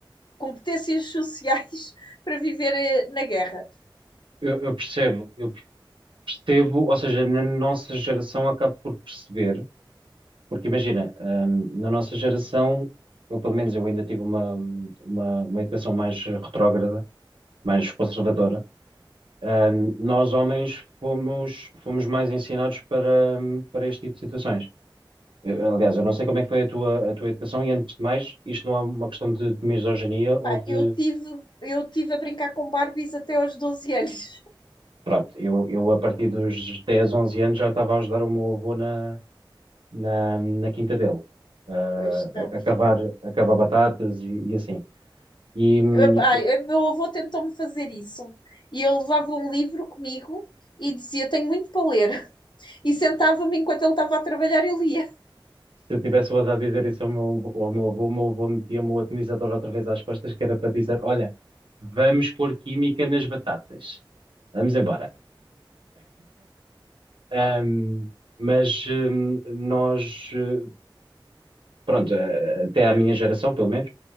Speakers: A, on the left (about 60°); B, on the right (about 75°).
A: competências sociais <laughs> para viver eh, na guerra.
B: Eu, eu percebo, eu percebo, ou seja, na nossa geração acabo por perceber, porque imagina, hum, na nossa geração, ou pelo menos eu ainda tive uma, uma, uma educação mais retrógrada, mais conservadora, hum, nós homens fomos, fomos mais ensinados para, hum, para este tipo de situações. Eu- aliás, eu não sei como é que foi a tua, a tua educação e antes de mais, isto não é uma questão de misoginia ou
A: Pá,
B: de
A: eu tive, eu tive a brincar com Barbies até aos 12 anos. <laughs>
B: Pronto, eu, eu a partir dos 10 11 anos já estava a ajudar o meu avô na, na, na quinta dele, ah,
A: Pois não.
B: a, a cavar, a cavar batatas e, e assim. E hum,
A: Ah, pá, meu avô tentou-me fazer isso. E eu levava um livro comigo e dizia: Tenho muito para ler. <laughs> E sentava-me enquanto ele estava a trabalhar, eu lia.
B: se eu tivesse o azar de dizer isso ao meu, ao meu avô, o meu avô metia-me o atomizador outra vez às costas, que era para dizer: Olha, vamos pôr química nas batatas, vamos embora. Ahm, mas hum, nós, eh, pronto, eh, até à minha geração, pelo menos.